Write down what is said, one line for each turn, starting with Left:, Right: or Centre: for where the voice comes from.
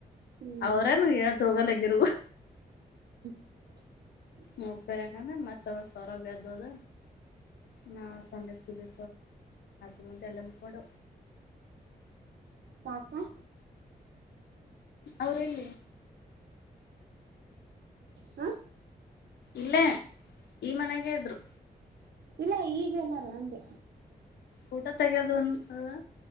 Right: ಹ್ಮ್
Left: ಅವ್ರನು ತೋಗಲ್ಲಗರು
Right: ಹ
Left: ಹಬರಂಗ ಮತ್ತ ಸಾರ ಪ ದೊದ ಹಾ ಸಂದೆದೆ ಇಮ್ಮಂತ ಎಲ್ಲ ಮುಕ್ಕೊೊಂಡ
Right: ಕಾಕಾ
Left: ಅವ್ರ ಎಲ್ಲಿ
Right: ಹ
Left: ಇಲ್ಲೇ ಈ ಮನೆಗೆ ಇದ್ರು
Right: ಇಲ್ಲ ಈಗೆಲ್ಲ ನಂದೆ
Left: ಊಟ ತಗೋದು ಒಂದು ಹಾ